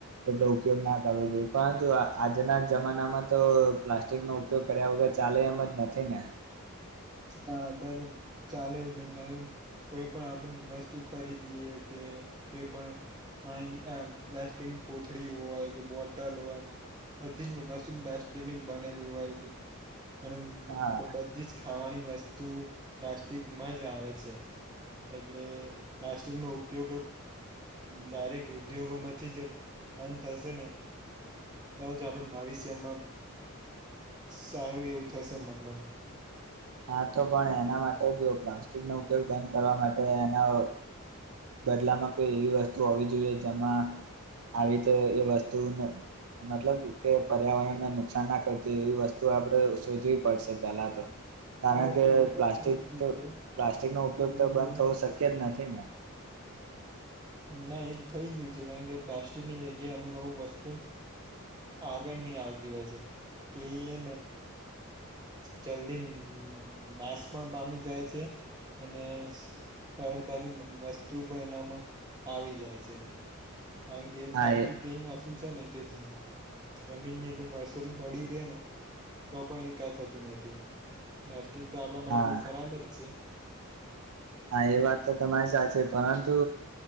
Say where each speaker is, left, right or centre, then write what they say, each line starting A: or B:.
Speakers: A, on the right (about 75°); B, on the right (about 20°).
A: એટલો ઉપયોગ ના કરવો જોઈએ પરંતુ આજના જમાનામાં તો પ્લાસ્ટિક નો ઉપયોગ કરે. વગર ચાલે એમ જ નથી ને.
B: ના અત્યારે ચાલે એવું ન કારણકે. કોઈ પણ આપણે વસ્તુ ખરીદીએ કે કોઈ પણ. આહીની પ્સ્ટિકની કોથળી હોય કે બોટલ હોય. બધીજ વસ્તુ પ્લાસ્ટિકની જ બનેલી હોય છે અને
A: હા
B: બધી જ. ખાવાની વસ્તુ પ્લાસ્ટિકમાં જ આવે છે. એટલે પ્લાસ્ટિક નો ઉપયોગ. ડારેક ઉદ્યોગોમાંથી જ અંત હશે ને તોજ આપણે ભાવિશ્યમાં. સારું એવું થશે મતલબ.
A: હા તો પણ એના માટે જ પ્લાસ્ટિકનો ઉપયોગ બંધ કરવા માટે એના. બદલામાં કોઈ એવી વસ્તુ હોવી જોઈએ જેમાં આવી રીતે એ વસ્તુ. મતલબ કે પર્યાવરણને નુકસાન ના કરતી એવી વસ્તુ આપડે શોધવી પડશે પેલા તો. કારણ
B: હા એટલે
A: કે
B: એ પણ
A: પ્લાસ્ટિક
B: થઈ જ ગયું છે
A: પ્લાસ્ટિક નો ઉપયોગ
B: કારણ
A: તો
B: કે
A: બંધ થવો શક્ય જ નથી ને.
B: ના એ થઈ ગયું છે, કારણ કે પ્લાસ્ટિકની જગ્યાએ અમુક અમુક વસ્તુ. આગળની આવતી હોય છે. કે એ જલ્દી નાશ પણ પામી જાય છે. અને સરળતાથી વસ્તુ પણ એનામાં આવી જાય છે, કારણકે
A: હા
B: પ્લાસ્ટિક
A: એ
B: દ. શું છે ને કે જમીન ની અંદર વર્ષોથી પડી રે‌ ને. તો પણ એને કં થતું નથી, પ્લાસ્ટિક તો આપણા માટે
A: હા
B: બહુ ખરાબ જ છે..
A: હા એ વાત તો તમારી સાચી, પરંતુ.